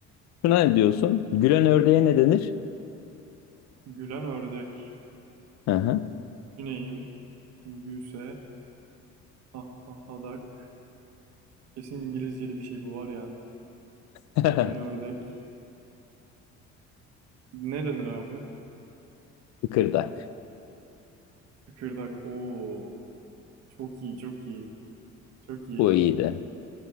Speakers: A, on the left (about 65°); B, on the right (about 60°).
A: şuna ne diyorsun? Gülen ördeğe ne denir?
B: Gülen ördek.
A: Aha.
B: Düşüneyim. Şimdi gülse. Ah ah hadak. Kesin İngilizceli bir şey bu var ya.
A: <laughs>
B: Gülen ördek. Ne denir abi?
A: Kıkırdak.
B: Kıkırdak. Oo. Çok iyi, çok iyi. Çok iyi.
A: Bu iyiydi.